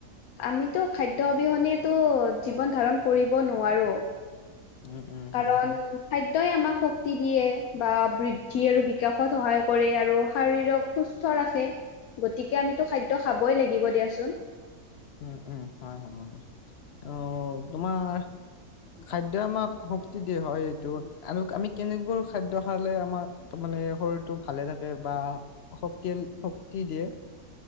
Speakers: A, on the left (about 80°); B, on the left (about 60°).
A: আমিতো খাদ্য অবিহনে জীৱন ধাৰণ কৰ কৰিব নোৱাৰো
B: উম উম
A: কাৰণ
B: হয় হয়
A: খাদ্যয়ই আমাক শক্তি দিয়ে বা বৃদ্ধি আৰু বিকাশত সহায় কৰে আৰু শাৰিৰক সুস্থ স ৰাখে গতিকে আমিতো খাদ্য খাবই লাগিব দিয়াচোন
B: উম উম হয় হয় হয় অ তোমাৰ খাদ্যয় আমাক শক্তি কি হয় এইটো আন আমি কেনেকবোৰ খাদ্য খালে আমাক তাৰ মানে শৰীৰটো ভালে থাকে বা শক্তিৰ শক্তি দিয়ে